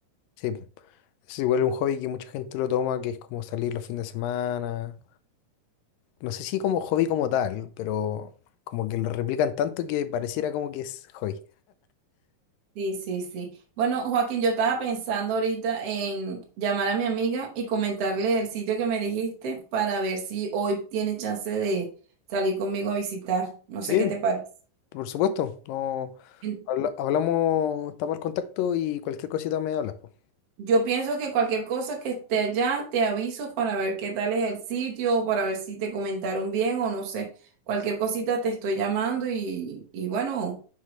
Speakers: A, on the left; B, on the right.
A: Sí, po. es igual un hobby que mucha gente lo toma, que es como salir los fines de semana. No sé si como hobby como tal, pero como que lo replican tanto que pareciera como que es hobby.
B: Sí, sí, sí. Bueno, Joaquín, yo estaba pensando ahorita en llamar a mi amiga y comentarle el sitio que me dijiste para ver si hoy tiene chance de salir conmigo a visitar. No
A: Sí,
B: sé qué te parece.
A: por supuesto. No
B: En-
A: habla- hablamos, estamos al contacto y cualquier cosita me hablas, po.
B: Yo pienso que cualquier cosa que esté allá, te aviso para ver qué tal es el sitio, para ver si te comentaron bien o no sé. Cualquier cosita te estoy llamando y, y bueno,